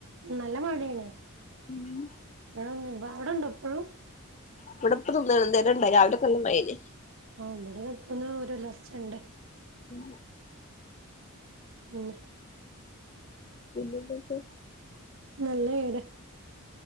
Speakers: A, on the right; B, on the left.
A: നല്ല മഴേണേ
B: ഉം
A: ആഹ് ഞ്ഞ് അവിടെണ്ടോ ഇപ്പഴും
B: ഇവിടിപ്പൊ തുള്ളികളെന്തൊരൊണ്ടായി രാവിലേക്ക നല്ല മഴേല്ലേ
A: ആഹ് ഇവിടെ ഒപ്പ്നാ ഒരു ഉലർച്ചെണ്ട്
B: ഉം
A: പിന്ന
B: പിന്നെന്തേക്കെ
A: നല്ല വീട്